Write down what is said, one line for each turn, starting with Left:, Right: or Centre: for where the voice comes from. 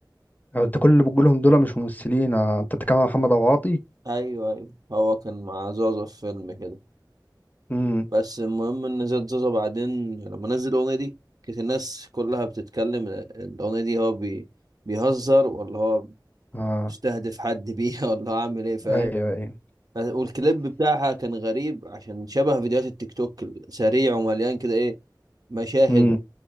Left: آه، انت كل اللي بتقولهم دول مش ممثلين آه، انت بتتكلم عن محمد ابو عاطي
Right: ايوه ايوه هو كان مع زوزة في فيلم كده
Left: امم
Right: بس المهم ان زاد زوزة بعدين لما نزل الاغنيه دي كانت الناس كلها بتتكلم الاغنيه دي هو بي... بيهزر ولا هو
Left: اه
Right: بيستهدف حد بيها <laughs> ولا هو عامل ايه فاهم
Left: ايوه ايوه
Right: والكليب بتاعها كان غريب عشان شبه فيديوهات التيك توك سريع ومليان كده ايه مشاهد
Left: امم